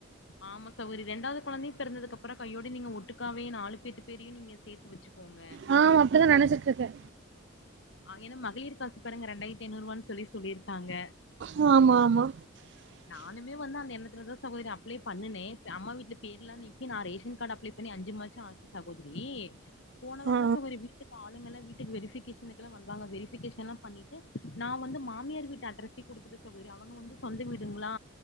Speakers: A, on the left; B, on the right.
A: ஆமா சகோதரி ரெண்டாவ்து கொழந்தயு பெறந்ததுக்கப்பறோ கையோட நீங்க ஒட்டுக்காவே நாலூ பேத்து பேருயு நீங்க சேத்து வெச்சுக்கோங்க
B: ஆ அப்டிதா நெனச்சிட்ருக்கே
A: ஆ ஏனா மகளிர் காசு பாருங்க ரெண்டாய்ர்த்தி ஐநூருவான் சொல்லி சொல்லிர்க்காங்க
B: உ ஆமா ஆமா
A: நானூமே வந்து அந்த எண்ணத்துலதா சகோதரி அப்ளே பண்ணுனே இப்ப அம்மா வீட்ல பேர்லா நீக்கி நா ரேஷன் கார்டு அப்ளே பண்ணி அஞ்சு மாச்சோ ஆச்சி சகோதரி போன வாரந்தா
B: ஆ, ஆ.
A: சகோதரி வீட் கு ஆளுங்கல்லா வீட்டுக்கு வெரிஃபிகேஷனுக்கெலா வந்தாங்க வெரிஃபிகேஷன்லா பண்ணிட்டு நா வந்து மாமியாரு வீட்டு அட்ரஸே குடுத்துட்ட சகோதரி அவங்க வந்து சொந்த வீடுங்ளா